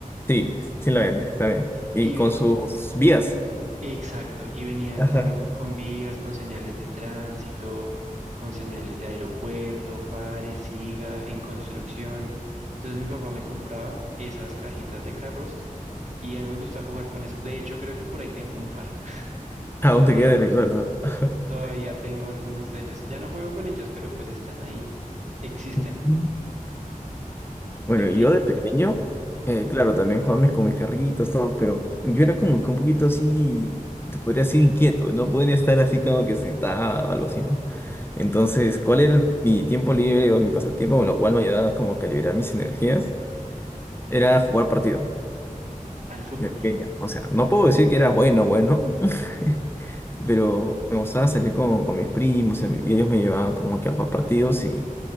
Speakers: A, on the left; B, on the right.
A: Sí, sí la vende, está bien. Y
B: Y
A: con sus vías.
B: Exacto, y venían
A: Ajá.
B: con, con vías, con señales de tránsito, con señales de aeropuerto, pare, siga, en construcción. Entonces mi papá me compraba esas cajitas de carros y a mí me gusta jugar con eso. De hecho, creo que por ahí tengo un par. <laughs>
A: Aún
B: Todavía,
A: te queda de recuerdo. <laughs>
B: todavía tengo algunos de ellos. Ya no juego con ellos, pero pues están ahí, existen.
A: Ujú. Bueno,
B: Y a ti,
A: y yo de pequeño, eh, claro, también jugaba mis- con mis carritos, todo, pero yo era como que un poquito así, te podría decir inquieto, no podría estar así como que sentado o algo así, ¿no? Entonces, ¿cuál era el- mi tiempo libre o mi pasatiempo, con lo cual me ayudaba como que a liberar mis energías? Era jugar partido
B: al fútbol.
A: de pequeño. O sea, no puedo decir que era bueno, bueno, <laughs> pero me gustaba salir con, con mis primos y ellos me llevaban como que a jugar partidos y